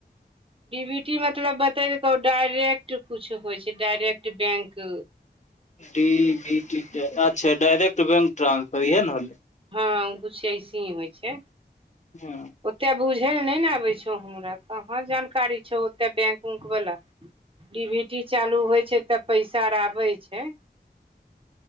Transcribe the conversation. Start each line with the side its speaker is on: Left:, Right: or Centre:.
Right: डी बी टी मतलब बतेलकौ डायरेक्ट कुछ होइ छै direct bank
Left: D B T अच्छा डायरेक्ट बैंक ट्रांसफर इएह ने होलै
Right: हँ किछु अऐसे ही होइ छै
Left: हँ
Right: ओते बुझे ल ने ने आबे छौ हमरा कहा जानकारी छौ ओते बैंक बेंक वला डी वी टी चालू होइ छै तऽ पैसा आ आबै छै